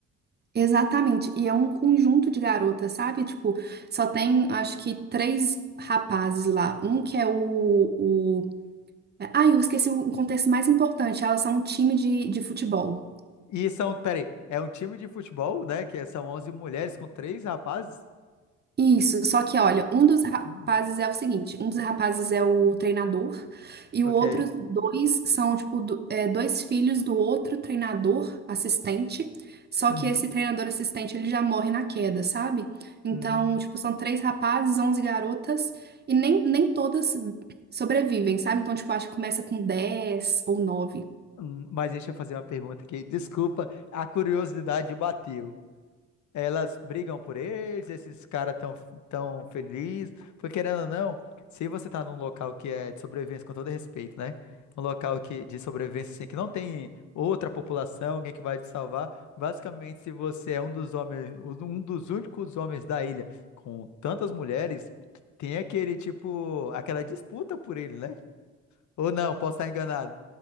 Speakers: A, on the right; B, on the left.
A: Exatamente, e é um conjunto de garotas, sabe? Tipo, só tem, acho que, três rapazes lá. Um que é o... o... Ai, eu esqueci o contexto mais importante, elas são um time de, de futebol.
B: E são, peraí, é um time de futebol, né? Que é, são 11 mulheres com três rapazes?
A: Isso, só que olha, um dos rapazes
B: Hum,
A: é o seguinte, um dos rapazes é o treinador e
B: ok.
A: o outro dois são tipo do- é, dois filhos do outro treinador assistente, só
B: Uhum,
A: que esse treinador assistente ele já morre na queda, sabe? Então,
B: uhum,
A: tipo, são três rapazes, 11 garotas e nem, nem todas sobrevivem, sabe? Então, tipo, acho que começa com 10 ou nove.
B: uhum. Mas deixa eu fazer uma pergunta aqui. Desculpa, a curiosidade bateu. Elas brigam por eles, esses caras tão, tão felizes. Porque, querendo ou não, se você tá num local que é de sobrevivência, com todo respeito, né? Um local que, de sobrevivência, assim, que não tem outra população, alguém que vai te salvar. Basicamente, se você é um dos homens, um dos únicos homens da ilha com tantas mulheres, tem aquele, tipo, aquela disputa por ele, né? Ou não, posso estar enganado.